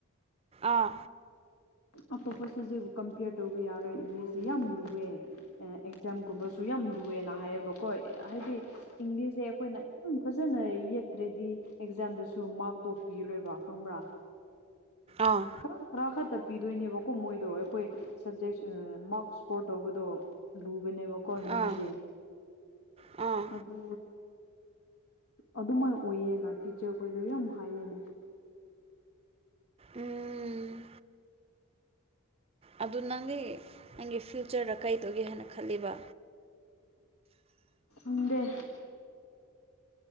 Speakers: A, on the right; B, on the left.
A: ꯑꯥ
B: ꯑꯇꯣꯞꯄ ꯁꯤꯁꯤꯕꯨ ꯀꯝꯄꯤꯌꯔ ꯇꯧꯕ ꯌꯥꯔꯣꯏ ꯏꯪꯂꯤꯁꯁꯦ ꯌꯥꯝ ꯂꯨꯑꯦ ꯑꯦꯛꯖꯥꯝꯒꯨꯝꯕꯁꯨ ꯌꯥꯝ ꯂꯨꯑꯦꯅ ꯍꯥꯏꯌꯦꯕꯀꯣ ꯍꯥꯏꯗꯤ ꯏꯪꯂꯤꯁꯁꯦ ꯑꯩꯈꯣꯏꯅ ꯌꯥꯝ ꯐꯖꯅ ꯌꯦꯠꯇ꯭ꯔꯗꯤ ꯑꯦꯛꯖꯥꯝꯗꯁꯨ ꯃꯥꯛ ꯗꯣꯞ ꯄꯤꯔꯣꯏꯕ ꯈꯪꯕ꯭ꯔꯥ
A: ꯑꯥ
B: ꯈꯔ ꯈꯔꯥ ꯈꯛꯇ ꯄꯤꯗꯣꯏꯅꯦꯕꯀꯣ ꯃꯣꯏꯗꯣ ꯑꯩꯈꯣꯏ ꯁꯕꯖꯦꯛ ꯃꯥꯔꯛꯁ ꯏꯁꯀꯣꯔ ꯇꯧꯕꯗꯣ ꯂꯨꯕꯅꯦꯕꯀꯣ ꯏꯪꯂꯤꯁꯁꯦ
A: ꯑꯥ ꯑꯥ
B: ꯑꯗꯨ ꯑꯗꯨꯃꯥꯏ ꯑꯣꯏꯌꯦꯅ ꯇꯤꯆꯔꯈꯣꯏꯗ ꯌꯥꯝ ꯍꯥꯏꯌꯦꯅꯦ
A: ꯎꯝ ꯑꯗꯨ ꯅꯪꯗꯤ ꯅꯪꯒꯤ ꯐ꯭ꯌꯨꯆꯔꯗ ꯀꯩ ꯇꯧꯒꯦ ꯍꯥꯏꯅ ꯈꯜꯂꯤꯕ
B: ꯎꯗ